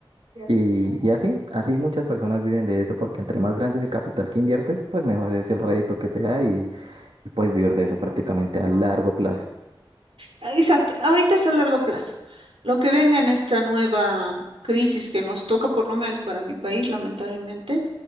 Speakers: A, on the right; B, on the right.
A: Y, y así, así muchas personas viven de eso porque entre más grande es el capital que inviertes, pues mejor es el rédito que te da y, y puedes vivir de eso prácticamente a largo plazo.
B: Ah, Exacto, ahorita es a largo plazo. Lo que venga en esta nueva crisis que nos toca, por lo menos para mi país, lamentablemente,